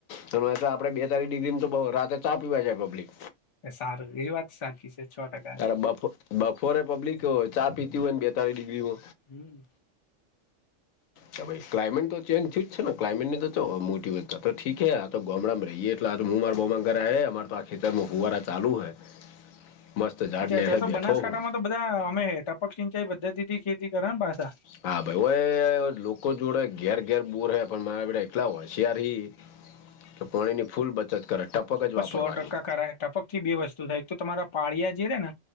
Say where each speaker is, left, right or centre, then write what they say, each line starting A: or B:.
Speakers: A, on the left; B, on the left.
A: તો આપડે બેતાલીસ ડિગ્રી તો રાતે ચા પીવા જાય પબ્લિક
B: સારું એ વાત સાચી છે. છ ટકા
A: તારે
B: છે
A: બફ બફોરે પબ્લિક ચા પીતી હોયને બેતાલીસ ડિગ્રી હો
B: હમમ.
A: કે ભાઈ ક્લામેટ તો ચેજ ઠીહે છે ને ક્લામેટની તો મોટી તો ઠીકે આ તો ગોમડા રહીએ એટલે <inaudible> અમાર તો આ ખેતરમાં ફુવારા ચાલુ હે મસ્ત ઝાડ
B: અચ્છા
A: ને
B: અચ્છા
A: બેઠો
B: તો બનાસકાંઠામાં
A: હું
B: તો બ ધા અમે ટપકસિચાય પધ્તિથી ખેતી કરેને પાસા
A: હા ભાઈ હો એ લોકો જોડે ઘેર ઘેર બોર હે પણ મારાડ એટલા હોશિયાર હી
B: હ
A: તો પોણીની ફૂલ બચત કરે ટપક જ
B: પણ
A: વાપરવાની
B: સો ટકા કરાય ટપકથી બે વસ્તુ થાય એક તો તમારા પાળિયા જે રે ને